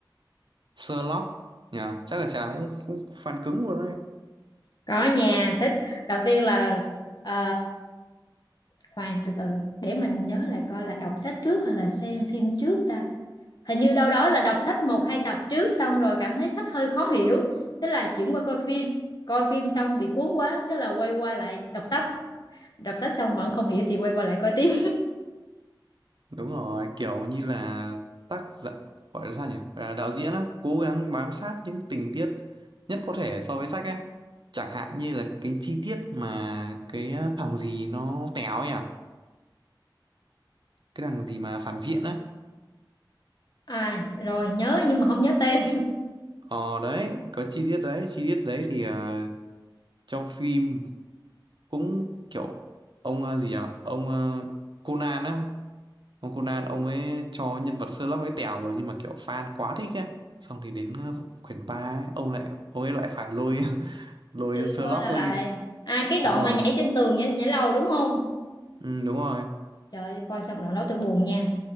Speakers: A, on the right; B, on the left.
A: Sherlock nha, chắc là chàng cũng cũng fan cứng luôn đấy.
B: có nhà thích đầu tiên là ờ, khoan từ từ để mình nhớ lại coi là đọc sách trước hay là xem phim trước ta hình như đâu đó là đọc sách một hai tập trước xong rồi cảm thấy sách hơi khó hiểu thế là chuyển qua coi phim coi phim xong bị cuốn quá thế là quay qua lại đọc sách đọc sách xong vẫn không hiểu thì quay qua lại coi tiếp
A: Đúng rồi, kiểu như là tác giả gọi là sao nhỉ? Gọi là đạo diễn á, cố gắng bám sát những tình tiết nhất có thể so với sách á. Chẳng hạn như là cái chi tiết mà cái ờ, thằng gì nó téo nhỉ? Cái thằng gì mà phản diện á.
B: à rồi nhớ nhưng mà không nhớ tên
A: Ờ đấy, có chi tiết đấy, chi tiết đấy thì ờ, trong phim cũng kiểu ông ờ, gì à? Ông ờ, Conan á ông Conan ông ấy cho nhân vật Sherlock ấy tèo rồi nhưng mà kiểu fan quá thích ấy xong thì đến ờ, quyển 3 ấy, ông lại ông ấy lại phải lôi <laughs> lôi
B: rồi
A: Sherlock
B: là lại
A: lên
B: à cái
A: đúng
B: đoạn
A: rồi
B: mà nhảy trên tường nhảy, nhảy lầu đúng không
A: ừ, đúng rồi
B: trời ơi, coi xong đoạn đó tôi buồn nha